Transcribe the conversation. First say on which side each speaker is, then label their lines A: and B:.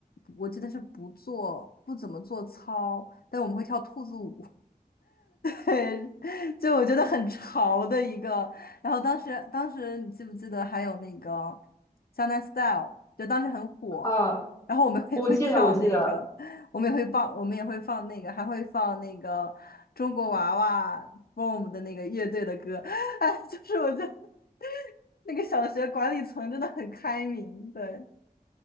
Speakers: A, on the left; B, on the left.
A: 我记得是不做不怎么做操，但我们会跳兔子舞，对，就我觉得很潮的一个。然后当时，当时你记不记得还有那个《江南 Style》，就当时很火。
B: 啊！
A: 然后我们也会跳那个，
B: 我记得，我记得，
A: 我们也会放，我们也会放那个，还会放那个中国娃娃 BOOM 的那个乐队的歌。<laughs> 哎，就是我觉得那个小学管理层真的很开明，对。